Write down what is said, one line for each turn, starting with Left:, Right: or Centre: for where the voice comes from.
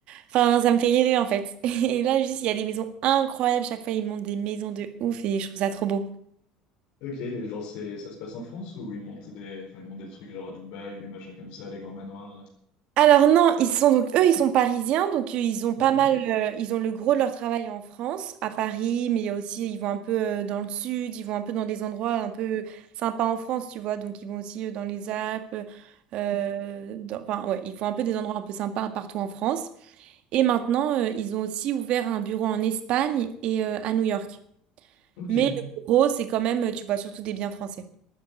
Right: Enfin, ça me fait rêver, en fait. <laughs> Et là, juste, il y a des maisons incroyables. Chaque fois, ils montent des maisons de ouf et je trouve ça trop beau.
Left: Ok, et genre c'est ça se passe en France ou ils montent des... Enfin, ils montent des trucs genre à Dubaï ou les machins comme ça, les grands manoirs?
Right: Alors non, ils sont donc eux, ils sont parisiens, donc euh, ils ont pas
Left: Ouais.
Right: mal, euh, ils ont le gros de leur travail en France, à Paris, mais il y a aussi, ils vont un peu euh, dans le sud, ils vont un peu dans des endroits un peu sympas en France, tu vois, donc ils vont aussi euh, dans les Alpes, euh, dans- enfin ouais, ils font un peu des endroits un peu sympas partout en France. Et maintenant, euh, ils ont aussi ouvert un bureau en Espagne et euh, à New York.
Left: Ok,
Right: Mais le gros, c'est quand même, euh, tu vois, surtout des biens français.